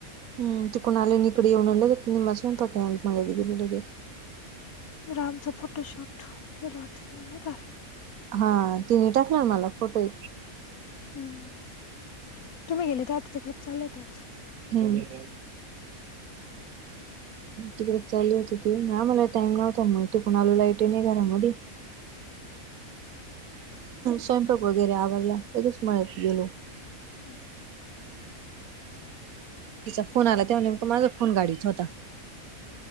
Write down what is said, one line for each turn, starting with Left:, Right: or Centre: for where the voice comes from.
Right: हम् तिकुणा आलन इकडे येऊन लगे निम स्वयंपक ह लगेच.
Left: रामचं फोटोशूट केलं वाटतं त्यांनी नका.
Right: हा तिने टाकणार मला फोटो.
Left: हम् तुम्ही गेले तर आता तिकड चालतच.
Right: हम्. तिकडे चाले होती ते ना मला टाइम नव्हता म्हण ते कोणा आलो लाईट आहे नाही घरामध्ये. स्वयंपाक वगैरे आवडला लगेच मिळत गेलो.
Left: हम्म.
Right: तिचा फोन आलाव्हा नेमक म माझ फोन गाडीत होता.